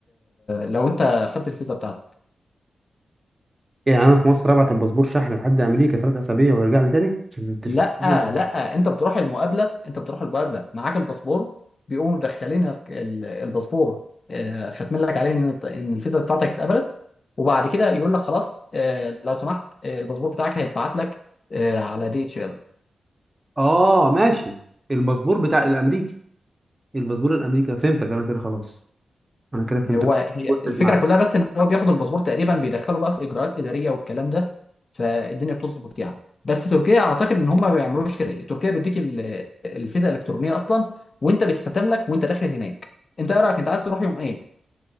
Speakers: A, on the left (about 50°); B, on the right (about 25°).
A: لو انت خدت الفيزا بتاعتك
B: يعني انا في مصر ابعت الباسبور شحن لحد امريكا ثلاث اسابيع ويرجع لي تاني عشان عشان-
A: لا لا انت بتروح المقابله انت بتروح المقابله معاك الباسبور بيقوموا مدخلين ال- ال- الباسبور آه، ختم لك عليه ان الت- ان الفيزا بتاعتك اتقبلت وبعد كده يقول لك خلاص آه، لو سمحت آه، الباسبور بتاعك هيتبعت لك آه، على دي اتش ال
B: اه ماشي الباسبور بتاع الامريكي الباسبور الامريكي فهمتك انا كده خلاص انا كده فهمتك
A: هو هي
B: وصلت
A: الفكره
B: معاك
A: كلها بس ان هو بياخد الباسبور تقريبا بيدخله بقى في اجراءات اداريه والكلام ده فالدنيا بتظبط يعني بس تركيا اعتقد ان هم ما بيعملوش كده تركيا بيديك ال- الفيزا الالكترونيه اصلا وانت بيتختم لك وانت داخل هناك انت ايه رايك انت عايز تروح يوم ايه